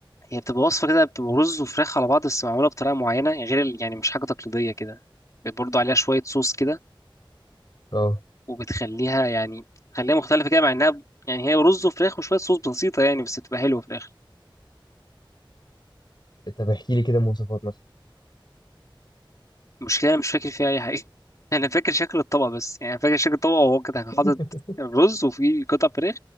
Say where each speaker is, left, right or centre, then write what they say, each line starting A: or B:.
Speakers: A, on the left; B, on the left.
A: هي بتبقى وصفة كده بتبقى رز وفراخ على بعض بس معمولة بطريقة معينة غير ال- يعني مش حاجة تقليدية كده برضو عليها شوية صوص كده
B: اه
A: وبتخليها يعني تخليها مختلفة كده مع إنها يعني هي رز وفراخ وشوية صوص بسيطة يعني بس بتبقى حلوة في الآخر
B: طب احكي لي كده مواصفات مثلا
A: المشكلة أنا مش فاكر فيها أي حاجة <laughs> أنا فاكر شكل الطبق بس يعني فاكر شكل الطبق وهو كده كان
B: <laughs>
A: حاطط الرز وفيه قطع فراخ